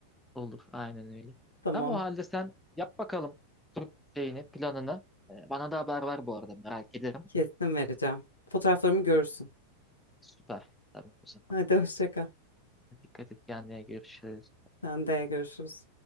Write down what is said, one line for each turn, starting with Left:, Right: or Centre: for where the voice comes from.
Centre: Olur. Aynen öyle.
Left: Tamam.
Centre: Tamam o halde sen yap bakalım tur şeyini, planını. Ee, Bana da haber ver bu arada merak ederim.
Left: Kesin vereceğim. Fotoğraflarımı görürsün.
Centre: Süper. Tamam o zaman.
Left: Hadi hoşça kal.
Centre: Ee, Dikkat et kendine görüşürüz.
Left: Sen de görüşürüz.